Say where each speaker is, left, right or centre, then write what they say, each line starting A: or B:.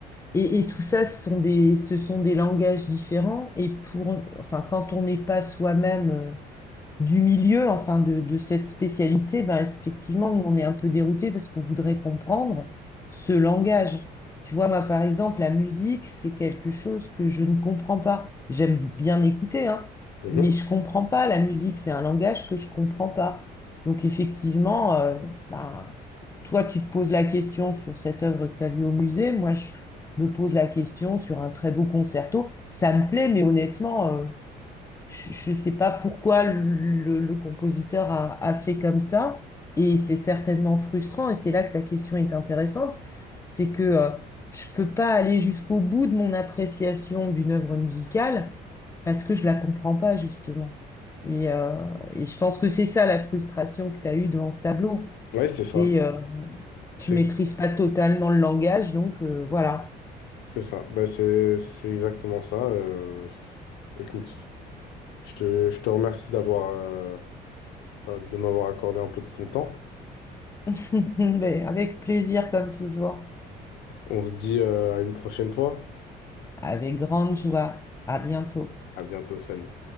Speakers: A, on the left; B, on the left.
A: et, et tout ça, ce sont des, ce sont des langages différents. Et pour, enfin, quand on n'est pas soi-même euh, du milieu, enfin de, de cette spécialité, ben effectivement, nous, on est un peu dérouté parce qu'on voudrait comprendre ce langage. Tu vois, moi, par exemple, la musique, c'est quelque chose que je ne comprends pas. J'aime bien écouter, hein,
B: Mhm.
A: mais je comprends pas la musique. C'est un langage que je comprends pas. Donc, effectivement, euh, ben, toi, tu te poses la question sur cette œuvre que tu as vue au musée. Moi, je me pose la question sur un très beau concerto. Ça me plaît, mais honnêtement, euh, je ne sais pas pourquoi le, le compositeur a, a fait comme ça, et c'est certainement frustrant, et c'est là que ta question est intéressante, c'est que euh, je ne peux pas aller jusqu'au bout de mon appréciation d'une œuvre musicale parce que je la comprends pas, justement. Et, euh, et je pense que c'est ça la frustration que tu as eue devant ce tableau.
B: Ouais, c'est
A: C'est
B: ça.
A: euh, tu
B: C'est
A: maîtrises pas totalement le langage, donc euh, voilà.
B: c'est ça. Bah, c'est c'est exactement ça. Euh, écoute, je te, je te remercie d'avoir, euh, de m'avoir accordé un peu de ton temps.
A: <laughs> Mais avec plaisir, comme toujours.
B: On se dit euh, à une prochaine fois.
A: Avec grande joie. À bientôt.
B: À bientôt, salut.